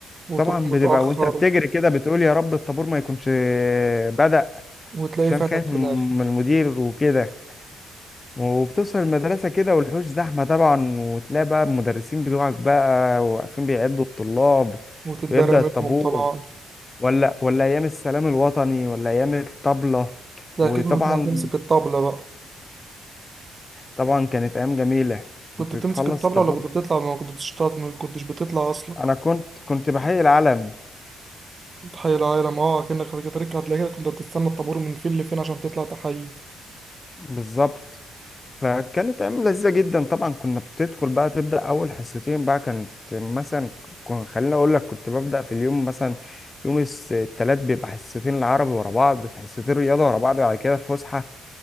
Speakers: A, on the right; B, on the left.
A: وتروح
B: طبعا
A: متأخر
B: بتبقى وانت بتجري كده بتقول يا رب الطابور ما يكونش بدأ
A: وتلاقي
B: عشان
A: فاتك
B: خايف
A: في
B: من
A: الآخر
B: المدير وكده وبتوصل المدرسة كده والحوش زحمة طبعا وتلاقي بقى المدرسين بتوعك بقى واقفين بيعدوا الطلاب
A: وتتدرى
B: ويبدأ
A: منهم
B: الطابور
A: طبعا
B: ولا ولا أيام السلام الوطني ولا أيام الطبلة
A: ده
B: وطبعا
A: أكيد كنت بتطلع تمسك الطبلة بقى
B: طبعا كانت أيام جميلة كنت
A: كنت بتمسك
B: تخلص
A: الطبلة
B: الطابور
A: ولا كنت بتطلع ما كنت بتشتغل ما كنتش بتطلع أصلا
B: أنا كنت كنت بحيي العلم
A: تحيي العالم اه أكنك خارج تركة هتلاقي كده كنت بتستنى الطابور من فين لفين عشان تطلع تحيي
B: بالظبط فكانت ايام لذيذه جدا طبعا كنا بتدخل بقى تبدا اول حصتين بقى كانت مثلا كن- خليني اقول لك كنت ببدا في اليوم مثلا يوم الثلاث بيبقى حصتين العربي ورا بعض في حصتين رياضه ورا بعض بعد كده الفسحه